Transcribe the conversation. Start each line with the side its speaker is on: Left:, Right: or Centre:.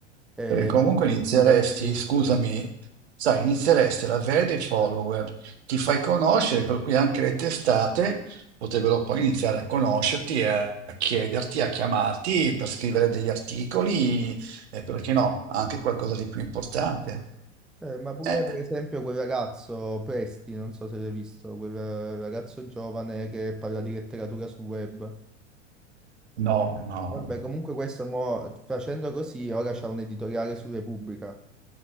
Centre: E
Right: Perché comunque
Centre: quindi
Right: inizieresti,
Centre: sì, vorrei...
Right: scusami, sai, inizieresti ad avere dei follower, ti fai conoscere, per cui anche le testate potrebbero poi iniziare a conoscerti, e a chiederti, a chiamarti per scrivere degli articoli e perché no, anche qualcosa di più importante.
Centre: Eh, ma pure
Right: Eh,
Centre: per esempio quel ragazzo Presti, non so se l'hai visto, quel eh, ragazzo giovane che parla di letteratura sul web.
Right: no, no.
Centre: Vabbè, comunque questo mo, facendo così, ora c'è un editoriale su Repubblica